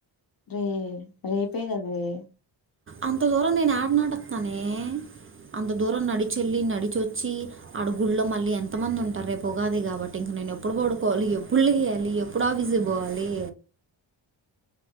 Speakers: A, on the left (about 50°); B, on the right (about 30°).
A: రేయ్ రేపే కదా వే
B: అంత దూరం నేను ఏడ నడుత్తానే, అంత దూరం నడిచెళ్ళి నడిచొచ్చి, ఆడ గుళ్ళొ మళ్ళీ ఎంతమంది ఉంటారు రేపు ఉగాది కాబట్టి ఇంక నేను ఎప్పుడు పడుకోవాలి ఎప్పుడు లెయ్యాలి ఎప్పుడు ఆఫీజ్ పోవాలి.